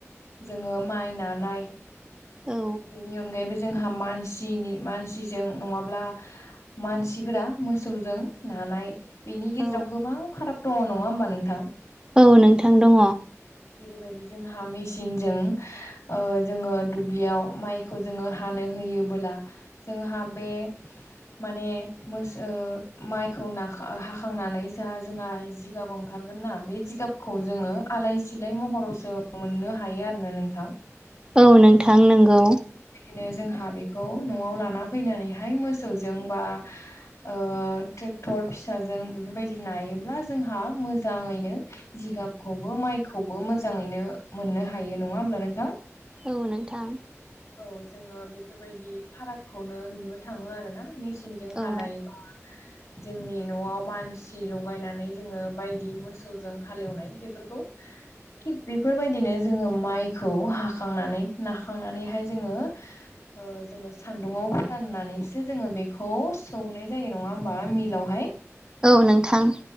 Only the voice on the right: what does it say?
औ
औ
औ नोंथां दङ।
औ नोंथां नंगौ।
औ नोंथां।
औ
औ नोंथां।